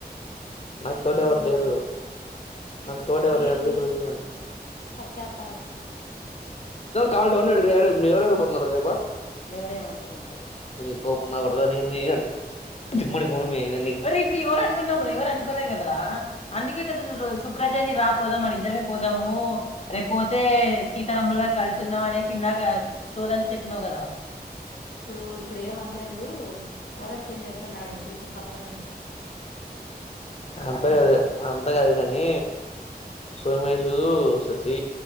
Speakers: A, on the left; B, on the left.
A: నువ్వు
B: నాకు
A: యాడికి
B: తోడ
A: పోతావ్
B: ఎవరు
A: మరా
B: లేరు నాకు
A: ఇయ
B: తోడ ఎవరు
A: ఇయ
B: లేరు అందుకే
A: ఇయ
B: పిలుస్తాను
A: పత్తాప
B: కావాలి అంటే ఎవరు ఎవరు పోతున్నారా రేపు ఎవరో ఏమి పా ఇంకా ఈ కొవ్వు నా కొడుకు నీ జిమ్మాడి పోని అరే ఎవరు అడుగుతున్నారు రా లే కదరాా అందుకే కదా నువ్వు సుప్రాజాన్ని రా పోదాం మన ఇద్దరమే పోదాము రేపు పోతే సీతారాములా కలిసిందాం అనేసి నాక సోది అంత చెప్పినావు కదా
A: ఇప్పుడూ ఇప్పుడు ఏమనలేదూ ఓవరాక్షన్ చేస్తున్నాడు శశి పక్కన నుంచి.
B: అంత గాదు అంతా గాదు కానీ సోమేశూ, శశీ,